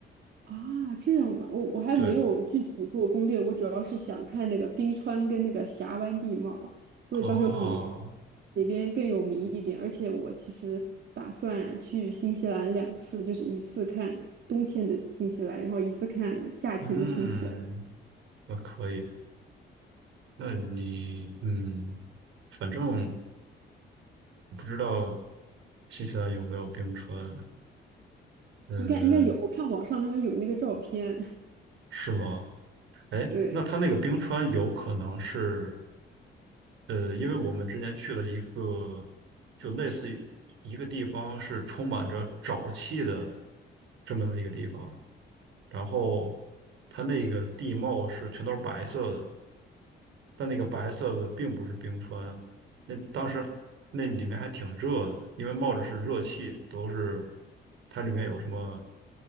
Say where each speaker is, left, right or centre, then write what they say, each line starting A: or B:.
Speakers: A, on the right; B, on the right.
A: 啊，这样嘛，我我还没有具体做攻略，
B: 对，
A: 我主要是想看那个冰川跟那个峡湾地貌，所以到时候可能看
B: 哦，
A: 哪边更有名一点。而且我其实打算去新西兰两次，就是一次看冬天的新西兰，然后一次看夏天的新西兰。
B: 嗯，那可以。那你，嗯，反正。不知道新西兰有没有冰川？嗯，
A: 应该应该有，我看网上他们有那个照片。<laughs>
B: 是吗？哎，
A: 对，
B: 那它那个冰川有可能是，呃，因为我们之前去了一个，就类似于一个地方是充满着沼气的这么样一个地方，然后它那个地貌是全都是白色的，但那个白色的并不是冰川，那当时那里面还挺热的，因为冒着是热气，都是它里面有什么。